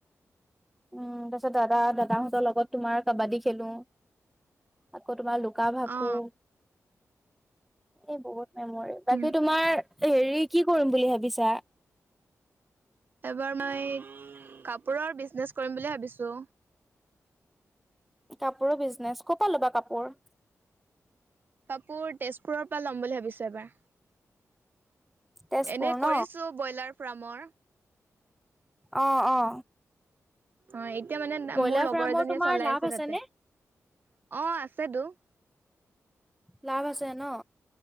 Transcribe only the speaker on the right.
অ
উম
এবাৰ মই কাপোৰৰ বিজনেছ কৰিম বুলি ভাবিছোঁ।
কাপোৰ তেজপুৰৰ পৰা ল'ম বুলি ভাবিছোঁ এবাৰ।
এনে
কৰিছোঁ ব্ৰইলাৰ ফ্ৰ্মৰ।
অ', এতিয়া মানে
মোৰ লগৰ
এজনীয়ে
চলাই
আছে তাতে
অ', আছেতো।